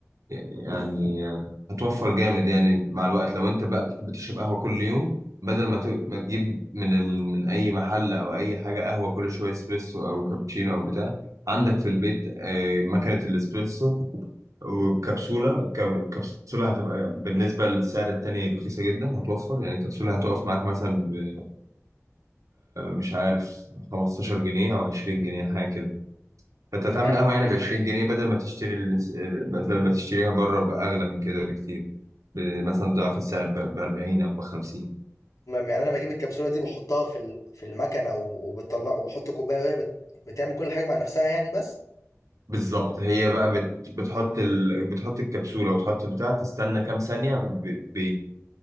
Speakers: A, on the right (about 80°); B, on the left (about 80°).
A: يعني آه، هتوفر جامد يعني مع الوقت لو انت بقى بتحب تشرب قهوة كل يوم بدل ما ت... ما تجيب من ال... من اي محل او اي حاجة قهوة كل شوية اسبريسو او كابتشينو او بتاع عندك في البيت آه، مكنة الاسبريسو وكبسولة كب- كبسولة هتبقى بالنسبة للسعر التاني رخيصة جدا هتوفر يعني كبسولة هتقف معاك مثلا ب- مش عارف 15 جنيه أو 20 جنيه حاجة كده فأنت هتعمل
B: تمام
A: قهوة يعني ب 20 جنيه بدل ما تشتري الس- بدل ما تشتريها بره بأغلى من كده بكتير ب- مثلا ضعف السعر ب 40 أو ب 50
B: تمام يعني انا بجيب الكبسولة دي بحطها في ال- في المكنة و- وبتطلع وبحط كوباية وهي بت- بتعمل كل حاجة مع نفسها يعني بس
A: بالظبط هي بقى بت- بتحط ال... بتحط الكبسولة وتحط بتاع تستنى كام ثانية ب... ب...